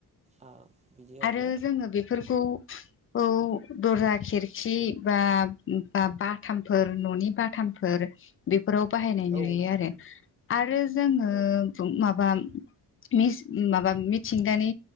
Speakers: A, on the right (about 15°); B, on the left (about 35°).
A: ना बिदि।
B: आरो
A: आरोना
B: जोङो बेफोरखौ। औ दरजा खिरखि बा बाथामफोर न'नि बाथामफोर। बेफोराव बाहायनाय
A: औ
B: नुयो आरो आरो जोङो
A: औ
B: माबा। मिस माबा मिथिंगानि